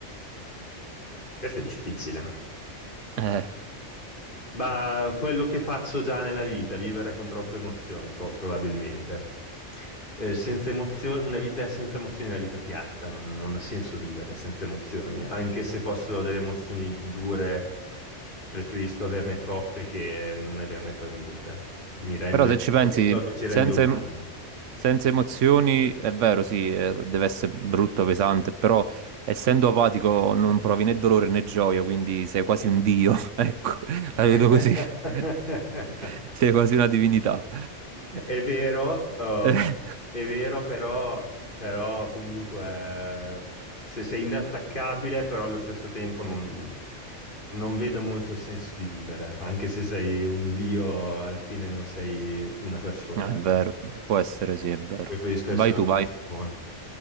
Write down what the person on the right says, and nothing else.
Eh,
però se ci pensi,
senza,
em- senza emozioni è vero, sì, eh, deve essere brutto, pesante, però essendo apatico non provi né dolore né gioia, quindi sei quasi un dio, <laughs> ecco, la vedo
così. <laughs> Sei quasi una divinità.
Eh.
Eh, È vero, può essere sì, è vero.
Vai
tu,
vai,